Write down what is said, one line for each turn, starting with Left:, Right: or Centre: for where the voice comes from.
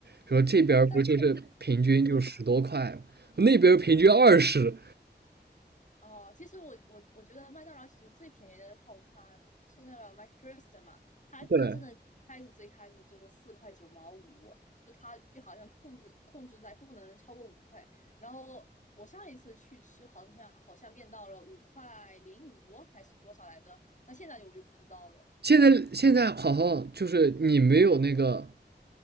Right: 说这边不就是平均就十多块吗那边平均二十。
Left: 呃，但是所以哦，其实我我我觉得麦当劳其实最便宜的套餐是那个 My First 嘛，它真的开始最开始就是四块九毛五，
Right: 对，
Left: 就它就好像控制控制在不能超过五块。然后我上一次去吃好像好像变到了五块零五还是多少来着？那现在我就不知道了。
Right: 现在现在好像就是你没有那个，